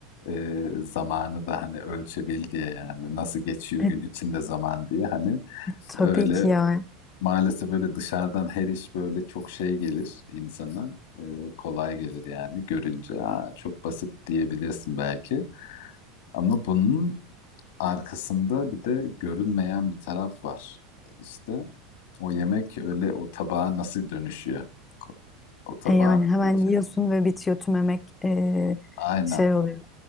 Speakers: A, on the left; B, on the left.
A: e, zamanı da hani ölçebil diye yani nasıl geçiyor
B: e,
A: gün içinde zaman diye hani
B: tabii
A: öyle
B: ki ya.
A: Maalesef öyle dışarıdan her iş böyle çok şey gelir insana. Ee, kolay gelir yani görünce. Aa, çok basit diyebilirsin belki. Ama bunun arkasında bir de görünmeyen bir taraf var. İşte o yemek öyle o tabağa nasıl dönüşüyor? O, o tabağın
B: E yani hemen
A: içi-
B: yiyorsun ve bitiyor tümemek e,
A: Aynen.
B: şey oluyor.